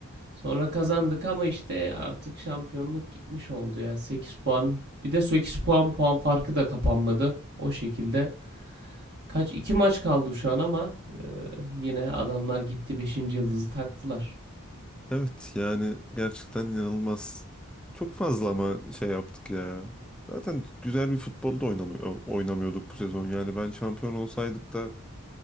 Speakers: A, on the right (about 50°); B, in the centre.
A: Sonra kazandık ama işte artık şampiyonluk gitmiş oldu ya. sekiz puan. Bir de 8 puan puan farkı da kapanmadı. O şekilde. Kaç? 2 maç kaldı şu an ama e, yine adamlar gitti beşinci yıldızı taktılar.
B: Evet yani gerçekten inanılmaz. Çok fazla ama şey yaptık ya. Zaten güzel bir futbol da oynamıyor, oynamıyorduk bu sezon. Yani ben şampiyon olsaydık da